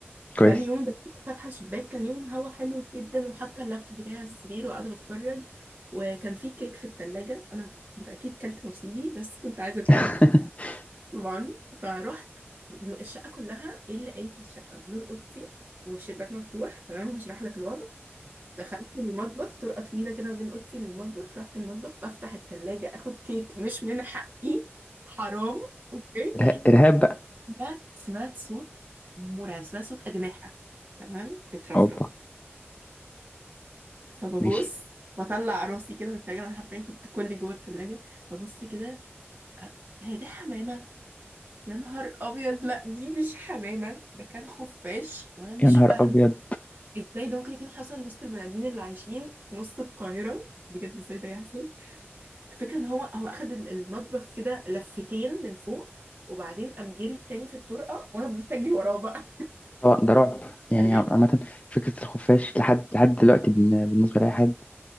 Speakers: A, on the right; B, on the left.
A: فاليوم
B: كويس
A: ده كنت فاتحه الشباك كان يوم هوا حلو جدا وحاطه اللابتوب بتاعي على السرير وقاعده بتفرج وكان في كيك في التلاجة انا كنت اكيد كلت نصيبي بس كنت عايزه تاني
B: <laughs>
A: طبعا فرحت الشقه كلها ايه اللي قايت في الشقه نور اوضتي والشباك مفتوح تمام هشرح لك الوضع دخلت المطبخ طرقة طويلة كده ما بين أوضتي للمطبخ رحت المطبخ بفتح التلاجة أخد كيك مش من حقي حرام أوكي
B: إرهاب إرهاب بقى
A: ده سمعت صوت مرعب سمعت صوت أجنحة تمام بترفرف
B: أوبا
A: فببص
B: ماشي
A: بطلع راسي كده من التلاجة أنا حرفيا كنت كلي جوه التلاجة ببص كده أ- هي دي حمامة يا نهار أبيض لا دي مش حمامة ده كان خفاش وأنا مش
B: يا نهار
A: فاهمة
B: أبيض
A: ازاي ده ممكن يكون حصل وسط البني آدمين اللي عايشين في نص القاهرة بجد ازاي ده يحصل الفكرة ان هو هو اخد ال- المطبخ كده لفتين من فوق وبعدين قام جري تاني في الطرقة وانا فضلت اجري وراه بقى
B: اه ده رعب
A: <laughs>
B: يعني
A: ليه
B: عم- عامة فكرة الخفاش لحد لحد دلوقتي بالن- بالنسبة لأي حد